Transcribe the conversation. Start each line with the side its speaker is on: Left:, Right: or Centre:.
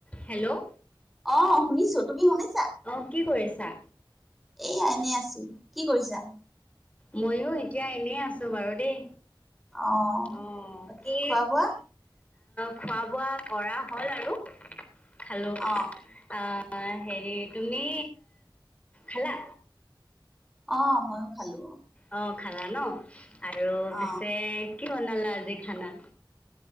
Left: Hello
Centre: অ শুনিছো তুমি শুনিছা।
Left: অ কি কৰিছা?
Centre: এ এনে আছো কি কৰিছা?
Left: ময়ো এতিয়া এনেই আছো বাৰু দেই।
Centre: অ
Left: আহ
Centre: বাকী
Left: কি?
Centre: খোৱা বোৱা
Left: খোৱা বোৱা কৰা হল আৰু খালো
Centre: অ
Left: আহ। অ হেৰি তুমি খালা।
Centre: অ ময়ো খালো।
Left: অ খালা ন আৰু
Centre: অ
Left: পিছে কি বনালা আজি খানা।